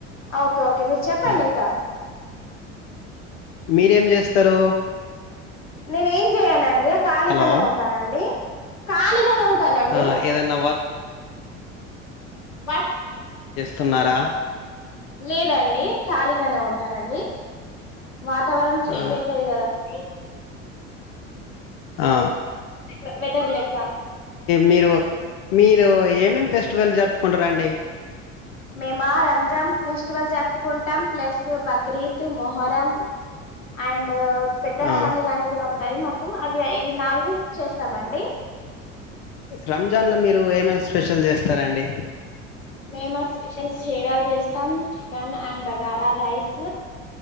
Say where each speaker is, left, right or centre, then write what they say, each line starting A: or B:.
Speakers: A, on the left (about 80°); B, on the left (about 55°).
A: ఓకే ఓకే ఇక మీరు చెప్పండి
B: ఆ
A: ఇంక
B: మీరేం చేస్తరు
A: నేను ఏం చేయనండి ఖాళీగానే
B: హలో
A: ఉంటానండి ఖాళీగానే ఉంటానండి
B: ఆ ఏదన్నా వర్క్
A: వర్
B: తున్నర
A: లేదండి ఖాళీగానే ఉంటానండి వాతావరం చేంజ్
B: ఆ
A: అయితది కదండి
B: ఆ
A: వె వెదర్లెక్క
B: మీరు-మీరు ఏమేమి ఫెస్టివల్ జరుపుకుంటరండి
A: మేమా రంజాన్ ఫెస్టివల్ జరుపుకుంటం ప్లస్ బక్రీద్ మొహరం అండ్ పెద్దల
B: ఆ
A: పండుగ గాని కూడా అవి మాకు అవి ఇవి నాలుగు చేస్తామండి
B: రంజాన్లో మీరు ఏమేమి స్పెషల్ చేస్తారాండి
A: మేము స్పెషల్ సేవలు చేస్తాం chicken and bagara rice